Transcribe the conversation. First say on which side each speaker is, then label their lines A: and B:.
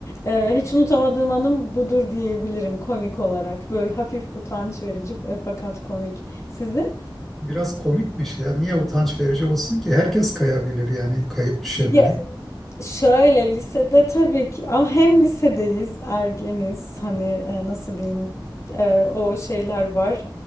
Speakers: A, on the left; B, in the centre.
A: Ee, hiç unutamadığım anım budur diyebilirim komik olarak. Böyle hafif utanç verici ve fakat komik. Sizin?
B: Biraz komikmiş ya. Niye utanç verici olsun ki? Herkes kayabilir yani kayıp düşebilir.
A: Ya, şöyle lisede tabii ki ama hem lisedeyiz, ergeniz. Hani e, nasıl diyeyim? e, o şeyler var.